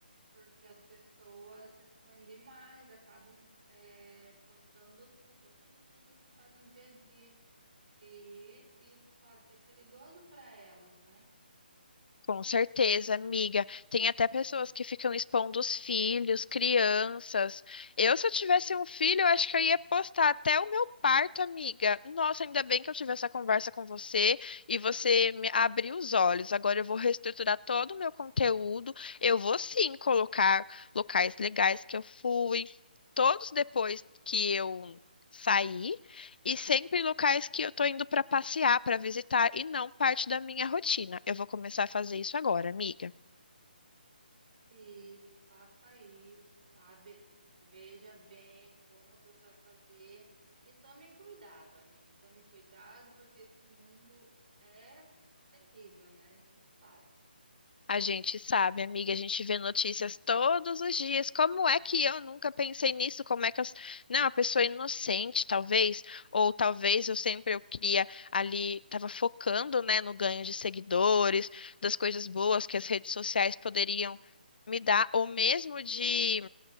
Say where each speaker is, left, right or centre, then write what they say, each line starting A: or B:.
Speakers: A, on the right; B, on the left.
A: porque as pessoas se expõem demais, acabam é, postando tudo, tudo, tudo que faz no dia a dia. E isso pode ser perigoso para elas, né?
B: Com certeza, amiga. Tem até pessoas que ficam expondo os filhos, crianças. Eu, se eu tivesse um filho, eu acho que eu ia postar até o meu parto, amiga. Nossa, ainda bem que eu tive essa conversa com você e você me abriu os olhos. Agora eu vou reestruturar todo o meu conteúdo. Eu vou sim colocar locais legais que eu fui, todos depois que eu saí. E sempre locais que eu tô indo pra passear, pra visitar e não parte da minha rotina. Eu vou começar a fazer isso agora, amiga.
A: Isso, faça isso, sabe? Veja bem como que você vai fazer e tome cuidado, amiga. Tome cuidado porque esse mundo é terrível, né? A gente sabe.
B: A gente sabe, amiga, a gente vê notícias todos os dias. Como é que eu nunca pensei nisso? Como é que eu. Não, a pessoa é inocente, talvez. Ou talvez eu sempre eu queria ali, tava focando, né, no ganho de seguidores, das coisas boas que as redes sociais poderiam me dar, ou mesmo de